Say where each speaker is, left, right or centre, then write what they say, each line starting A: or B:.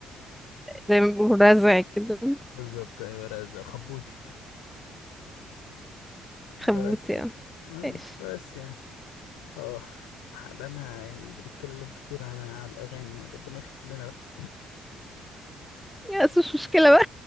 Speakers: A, in the centre; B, on the left (about 75°).
A: زي ما بيقولوا رزع كده
B: بالظبط أيوة رزق خبوتي
A: خبوط
B: فبس
A: يعني
B: آه
A: ماشي
B: فبس يعني آه بقالنا يعني بنتكلم كتير على على الأغاني يعني ربنا يغفر لنا بقى
A: يا بس مش مشكلة بقى